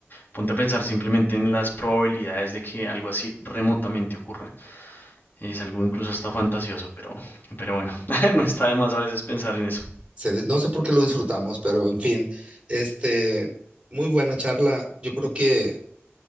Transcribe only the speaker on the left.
ponte a pensar simplemente en las probabilidades de que algo así remotamente ocurra. Es algo incluso hasta fantasioso, pero, pero bueno, <laughs> no está de más a veces pensar en eso.